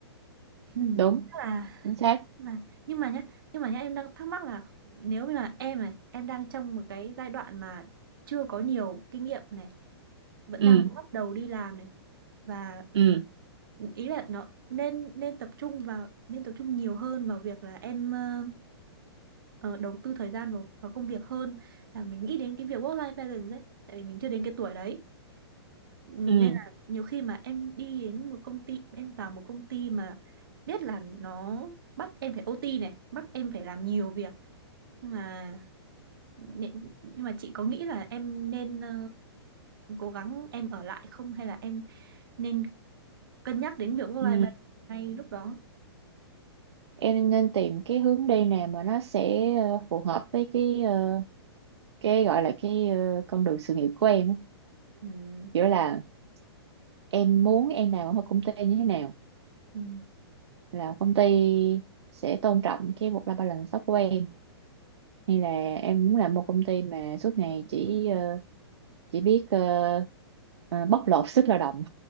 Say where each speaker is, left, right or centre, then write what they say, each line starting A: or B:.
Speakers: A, on the right; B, on the right.
A: Ừ.
B: đúng
A: Chắc là
B: chính xác
A: là nhưng mà nhá nhưng mà nhá em đang thắc mắc là nếu như là em này em đang trong một cái giai đoạn mà chưa có nhiều kinh nghiệm này vẫn
B: ừ
A: đang bắt đầu đi làm này và
B: ừ
A: ý là nó nên nên tập trung vào nên tập trung nhiều hơn vào việc là em ờ, ờ, đầu tư thời gian vào, vào công việc hơn là mình nghĩ đến cái việc work life balance ấy tại vì mình chưa đến cái tuổi đấy nên
B: ừ
A: là nhiều khi mà em đi đến một công ty em vào một công ty mà biết là nó bắt em phải OT này bắt em phải làm nhiều việc nhưng mà nên- nhưng mà chị có nghĩ là em nên ờ, cố gắng em ở lại không hay là em nên cân nhắc đến việc work
B: ừ
A: life balance ngay lúc đó
B: em nên tìm cái hướng đi nào mà nó sẽ ờ, phù hợp với cái ờ, cái gọi là cái ờ, con đường sự nghiệp của em á.
A: ừ
B: kiểu là em muốn em làm ở một công ty như thế nào
A: ừ
B: là công ty sẽ tôn trọng cái work-life balance đó của em hay là em muốn làm một công ty mà suốt ngày chỉ ờ, chỉ biết ờ, ờ, bóc lột sức lao động